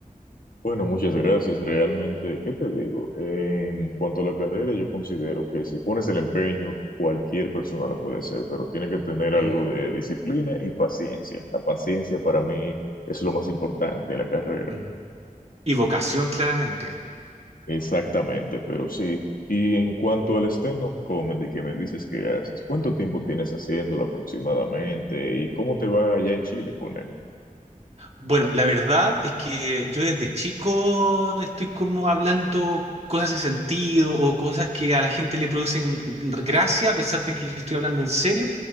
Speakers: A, on the left; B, on the right.
A: Bueno, muchas gracias. Realmente, ¿qué te digo? En cuanto a la carrera, yo considero que si pones el empeño, cualquier persona lo puede hacer, pero tiene que tener algo
B: Mm,
A: de disciplina y paciencia. La paciencia para mí es lo más importante en la carrera.
B: mm. Y vocación, claramente.
A: Exactamente, pero sí. Y en cuanto al stand-up comedy que me dices que haces, ¿cuánto tiempo tienes haciéndolo aproximadamente y cómo te va allá en Chile con él?
B: Bueno, la verdad es que yo desde chico estoy como hablando cosas sin sentido o cosas que a la gente le producen gracia a pesar de que yo estoy hablando en serio.